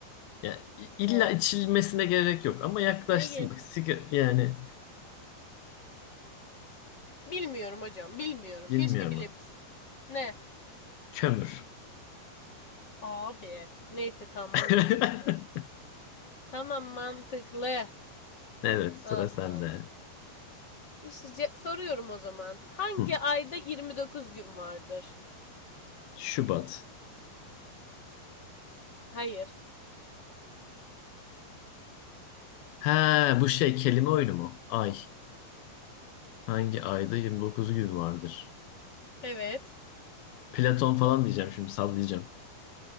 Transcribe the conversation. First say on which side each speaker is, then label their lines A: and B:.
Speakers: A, on the left; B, on the left.
A: Ya illa
B: Aa,
A: içilmesine gerek yok ama yaklaştın
B: ne yedik?
A: bak. Siga yani
B: Bilmiyorum hocam. Bilmiyorum.
A: bilmiyorum.
B: Keşke bilebilsem. Ne?
A: Kömür.
B: Abi. Neyse tam mantıklı
A: <laughs>
B: tamam. Tamam mantıklı.
A: Evet sıra
B: Allah
A: sende.
B: Allah. İşte ce- soruyorum o zaman. Hangi
A: Hı.
B: ayda 29 gün vardır?
A: Şubat.
B: Hayır.
A: Ha bu şey kelime oyunu mu? Ay. Hangi ayda 29 gün vardır?
B: Evet.
A: Platon falan diyeceğim şimdi sallayacağım.